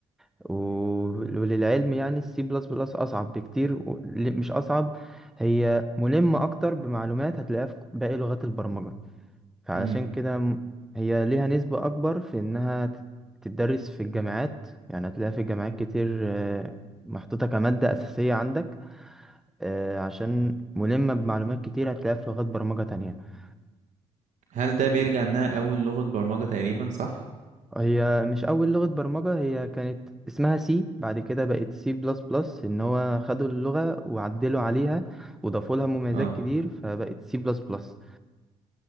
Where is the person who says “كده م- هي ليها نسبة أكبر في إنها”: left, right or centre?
Centre